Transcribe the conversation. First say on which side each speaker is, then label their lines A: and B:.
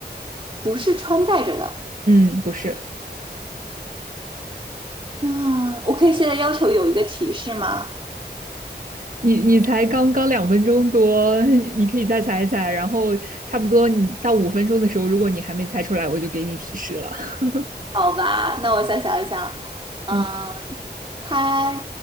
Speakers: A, on the right (about 30°); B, on the right (about 50°).
A: 不是穿戴着的。
B: 嗯，不是。
A: 那 OK，现在要求有一个提示吗？
B: 你你才刚刚两分钟多，<laughs> 你可以再猜一猜，然后差不多你到五分钟的时候，如果你还没猜出来，我就给你提示了。<laughs>
A: 好吧，那我再想一想，嗯，
B: 嗯，
A: 它